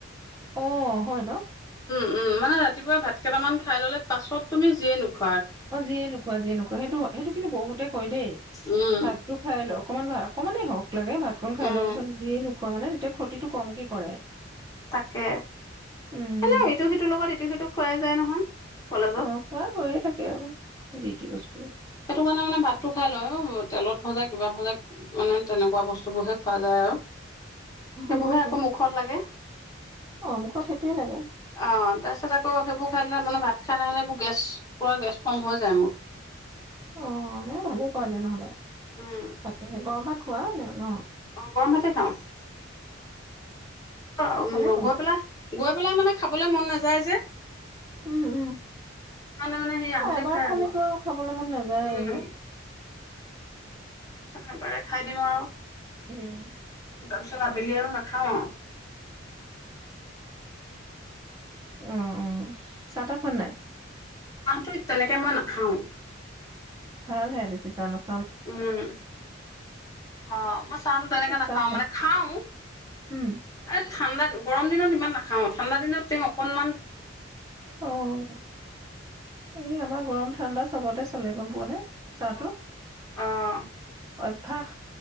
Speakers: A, on the right; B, on the left.
A: অ', হয় ন?
B: উম, মানে ৰাতিপুৱা ভাত কেইটামান খাই ল'লে, পাছত তুমি যিয়ে নোখু
A: অ, যিয়ে নোখোৱা, যিয়ে নোখোৱা, সেইটো হ, সেইটো কিন্তু বহুতে কয় দেই।
B: উম
A: ভাতটো খাই লওঁক। অকমান ভা, অকমানেই হওঁক। লাগে ভাতকন খাই
B: উম
A: লোৱাৰ পাছত যিয়ে নো খোৱা মানে, তেতিয়া ক্ষতিটো কমকে কৰে।
B: তাকে। এনেও
A: উম
B: ইটো-সিটোৰ লগত ইটো-সিটো খুৱাই যায় নহয়। কলেজত।
A: অ খোৱা হৈয়ে থাকে আৰু যি টি বস্তু
B: সেইটো কাৰণে মানে ভাতটো খাই লয়, অ' <unintelligible> তেলত ভাজা, কিবা ভাজা, মানে তেনেকুৱা বস্তুবোৰহে খোৱা যায় আৰু। সেইবোৰহে
A: মইতো
B: আকৌ মুখত লাগে।
A: অমুকত সেইটোৱে লাগে
B: অ', তাৰপিছত আকৌ সেইবো খাই মানে, ভাত খাই নাহিলে মোৰ গেছ, পোৰা গেছ ফম হৈ যায় মোৰ।
A: অ', ন, ভালে কৰা দিয়ে ন'হলে।
B: উম
A: গৰম ভাত খোৱা নে-ন?
B: অ গৰম ভাতে খাওঁ। অউম,
A: ভালে কৰে
B: গৈ পেলায় গৈ পেলাই মানে, খাবলৈ মন নেযায় যে।
A: উ, উম।
B: সেইকাৰণে মানে সেই আহোতে
A: অ, এবাৰ
B: খাই
A: খালেটো
B: আহো
A: আৰু খাবলৈ মন নাযায়ে,
B: আৰু। উম
A: ন?
B: এবাৰে খাই দিওঁ আৰু।
A: উম।
B: তাৰপিছত আবেলি আৰু নাখাওঁ আও।
A: অ, অ, চাহ-তাহ খোৱা নাই?
B: চাহটো, তেনেকে মই নাখাওঁ।
A: ভাল হে, বেছি চাহ নোখ
B: উম, অ, মই চাহতো তেনেকে
A: খুব
B: নাখাওঁ,
A: চাহ খাই
B: মানে খাওঁ,
A: উম
B: এই ঠাণ্ডাত, গৰম দিনত ইমান নাখাওঁ, ঠাণ্ডা দিনত তেওঁ অকণমান
A: অ', এই আমাৰ গৰম ঠাণ্ডা চ চবতে চলে, গ'ম পোৱা নে? চাহটো
B: অ', অঃ।
A: অভ্যাস